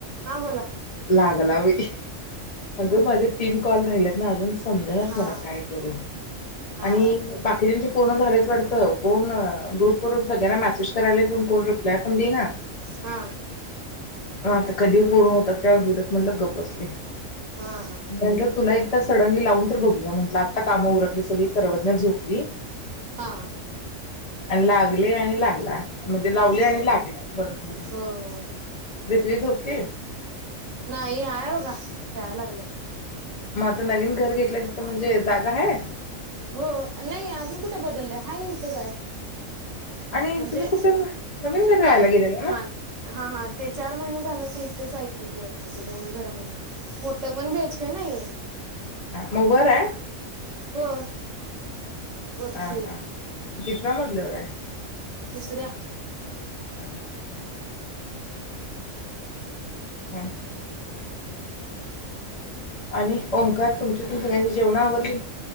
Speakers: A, on the right (about 70°); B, on the left (about 40°).
A: हा बोला.
B: लागला बाई अग माझे तीन कॉल रहिले अजून समजेणाच
A: हा
B: मला काय करू
A: हा
B: आणि बाकीच्यांचे पूर्ण झालेत वाटतं कोण ग्रुप व सगळ्यांना मेसेज करायला पण कोण रिप्लाय पण देई ना
A: हा
B: आता कधी पूर्ण होत्यात त्या वेळेला होऊ देत म्हटलं आणि गप बसले.
A: हा
B: म्हटल तुला एक त सडनली लावून तर बघूया म्हटलं आता कामं उरकली सगळी सर्वज्ञा झोपली.
A: हा
B: आणि लागले आणि लागला म्हणजे लावले
A: हो हो
B: आणि लागला बर झालं.
A: हो
B: पृथ्वी झोपली.
A: नाही हाय बगा खेळाय लागलेत.
B: म आता नवीन घर घेतल्या तिथं म्हणजे जागा हाय.
A: हो नाही अजून कुठ बदललंय हाय इथच हाय.
B: आणि
A: म्हणजे
B: तुम्ही कुठे नवीन घरी
A: हा
B: राहायला गेलेला ना?
A: हा हा हा ते चार महिने झाल ते तिथच आहे की ते नवीन घरामध्ये मोठं वन बी एच के नाहीये.
B: म वर आहे.
A: होय. वरती
B: हा हा कितव्या मजल्यावर आहे.
A: दुसऱ्या
B: हा हा हा हा छान छान आणि ओंकार तुमची तिथली जेवण आवरली.